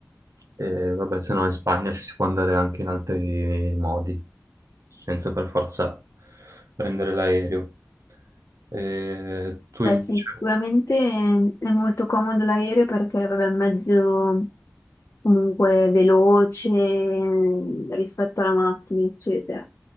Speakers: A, on the right (about 80°); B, on the left (about 55°).
A: E vabbè, se no in Spagna ci si può andare anche in altri modi, senza per forza prendere l'aereo. E tu
B: Beh,
A: invece?
B: sì, sicuramente è è molto comodo l'aereo perché vabbè, è un mezzo comunque veloce eh, rispetto alla macchina, eccetera.